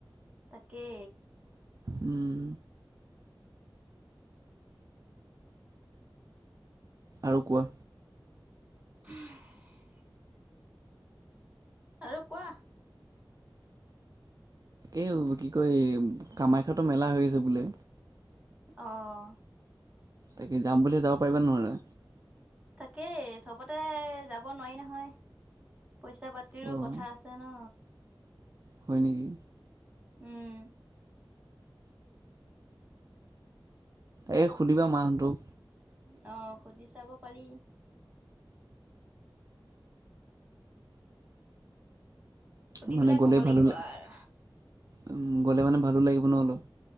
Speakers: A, on the right; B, on the right.
A: তাকে।
B: উম। আৰু কোৱা।
A: <unintelligible> আৰু কোৱা।
B: এই কি কয় কামাখ্যাতো মেলা হৈ আছে বোলে।
A: অহ।
B: তাকে যাম বুলিয়ে যাব পাৰিবা নে নোৱৰা?
A: তাকেই চবতে যাব নোৱাৰি নহয়। পইচা পাতিৰো
B: অঁ
A: কথা আছে ন।
B: হয় নেকি?
A: উম
B: এই সুধিবা মা হতক।
A: অ সুধি চাব পাৰি। সুধি
B: মানে
A: পেলাই
B: গ'লে
A: ক'ব লাগিব
B: ভালো লাগে,
A: আৰু।
B: অ গ'লে মানে ভাল ভালো লাগিব ন অলপ।